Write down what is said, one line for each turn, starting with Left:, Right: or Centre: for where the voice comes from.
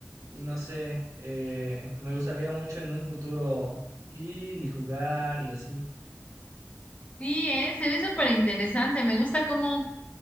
Right: y no sé, eh, me gustaría mucho en un futuro ir y jugar y así.
Left: Sí, eh, se ve súper interesante. Me gusta cómo,